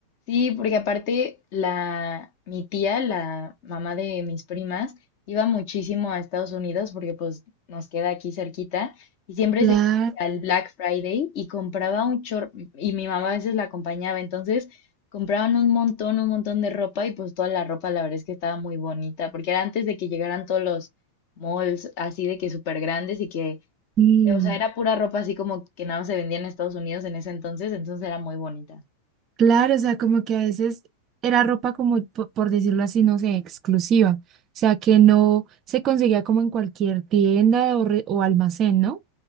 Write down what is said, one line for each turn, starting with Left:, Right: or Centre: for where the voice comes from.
Left: sí, porque aparte la, mi tía, la mamá de mis primas, iba muchísimo a Estados Unidos porque pues nos queda aquí cerquita y siempre
Right: Claro.
Left: se iba al Black Friday y compraba un chorro y mi mamá a veces la acompañaba, entonces compraban un montón, un montón de ropa y pues toda la ropa la verdad es que estaba muy bonita porque era antes de que llegaran todos los malls así de que súper grandes y que,
Right: Sí.
Left: o sea, era pura ropa así como que nada más se vendía en Estados Unidos en ese entonces, entonces era muy bonita.
Right: Claro, o sea, como que a veces era ropa como, po- por decirlo así, no sé, exclusiva. O sea, que no se conseguía como en cualquier tienda o, re- o almacén, ¿no?